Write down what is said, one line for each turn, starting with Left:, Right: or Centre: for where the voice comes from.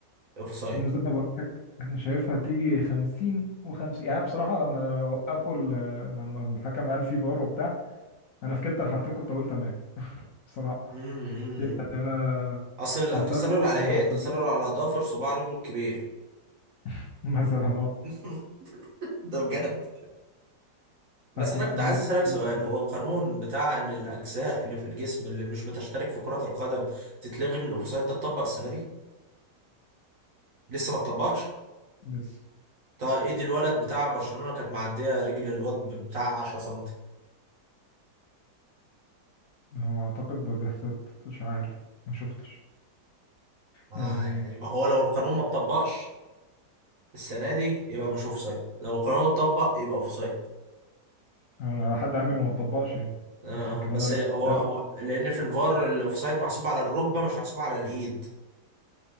Right: اوفسايد
Left: إن زي ما بقول لك انا شايفها تيجي 50 و50 يعني بصراحه لما وقفوا ال- لما الحكم قال في فار وبتاع انا في كلتا الحالتين كنت اقول تمام بصراحه
Right: امم
Left: انا
Right: اصل التسلل
Left: حسبها
Right: على
Left: وما
Right: ايه
Left: حسبهاش
Right: التسلل على ضفر صباع رجله الكبير
Left: <laughs> مثلا اه
Right: <laughs> ده بجد بس
Left: فكنت
Right: انا كنت
Left: بالنسبه
Right: عايز اسالك
Left: لي
Right: سؤال
Left: كانت تمام.
Right: هو القانون بتاع ان الاجزاء اللي في الجسم اللي مش بتشترك في كرة القدم تتلغي من الاوفسايد ده اتطبق السنه دي لسه ما اتطبقش
Left: لا
Right: طب ايد الولد بتاع برشلونة كانت معديه رجل الواد بتاع 10 سنتي
Left: هو اعتقد ما بيحصلش مش عارف ما شفتش
Right: ما
Left: يعني
Right: يعني ما هو لو القانون ما اتطبقش السنه دي يبقى مش اوفسايد لو القانون اتطبق يبقى اوفسايد
Left: انا على حد علمي انه ما اتطبقش يعني
Right: آه
Left: بس يمكن
Right: بس
Left: انا اللي
Right: هو
Left: بتابع
Right: هو لان في الفار الاوفسايد محسوب على الركبه مش محسوب على الايد